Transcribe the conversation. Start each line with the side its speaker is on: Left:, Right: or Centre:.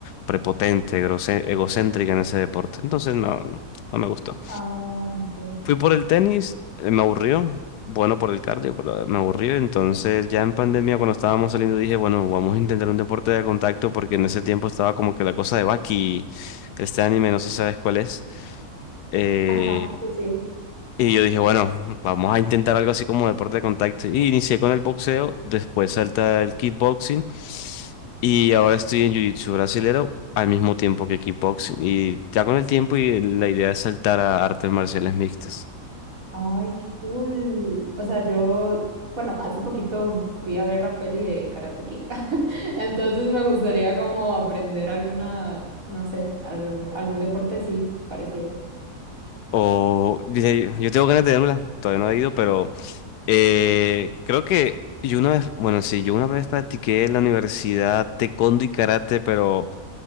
Left: prepotente, grose- egocéntrica en ese deporte. Entonces no, no me gustó.
Right: Ah, ok.
Left: Fui por el tenis, eh, me aburrió. Bueno, por el cardio, pero me aburrió. Entonces, ya en pandemia, cuando estábamos saliendo, dije, bueno, vamos a intentar un deporte de contacto, porque en ese tiempo estaba como que la cosa de Baki, este anime, no sé si sabes cuál es. Eh,
Right: Ajá, sí, sí.
Left: y yo dije, bueno, vamos a intentar algo así como deporte de contacto. Y inicié con el boxeo, después salta el kickboxing. Y ahora estoy en Jiu-Jitsu brasilero al mismo tiempo que kickboxing. Y ya con el tiempo, y la idea es saltar a artes marciales mixtas.
Right: Ay, qué cool. O sea, yo, bueno, hace poquito fui a ver la peli de Karate Kid, <laughs> entonces me gustaría como aprender alguna, no sé, al- algún deporte así parecido.
Left: O dice, yo tengo ganas de dármela, todavía no he ido, pero eh, creo que yo una vez, bueno, sí, yo una vez practiqué en la universidad taekwondo y karate, pero